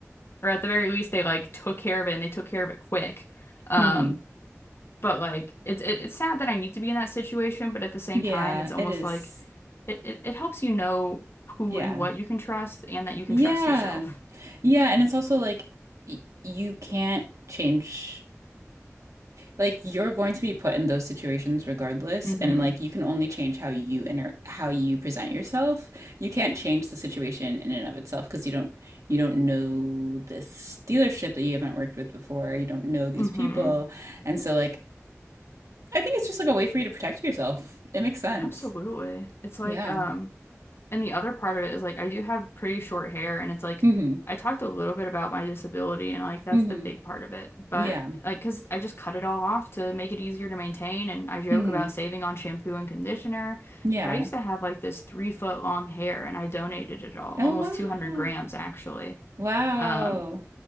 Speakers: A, on the left; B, on the right.
A: or at the very least they like took care of it and they took care of it quick. Um
B: hmm
A: but like it's it, it's sad that I need to be in that situation, but at the same
B: Yeah,
A: time it's almost
B: it is.
A: like it, it, it helps you know who
B: Yeah.
A: and what you can trust and that you
B: Yeah.
A: can trust yourself.
B: Yeah, and it's also like y you can't change like you're going to be put in those situations regardless
A: hmm
B: and like you can only change how you enter how you present yourself. You can't change the situation in and of itself because you don't you don't know this dealership that you haven't worked with before. You don't know these
A: hmm
B: people. And so like I think it's just like a way for you to protect yourself. It makes sense.
A: Absolutely. It's like,
B: Yeah.
A: um, and the other part of it is like I do have pretty short hair and it's like
B: Mm-hmm.
A: I talked a little bit about my disability and like that's
B: Mm-hmm.
A: the big part of it. But
B: Yeah.
A: like, 'cause I just cut it all off to make it easier to maintain and I joke
B: Mm-hmm.
A: about saving on shampoo and conditioner.
B: Yeah.
A: But I used to have like this three foot long hair and I donated it all,
B: Oh
A: almost
B: wow.
A: 200 grams actually.
B: Wow.
A: Um,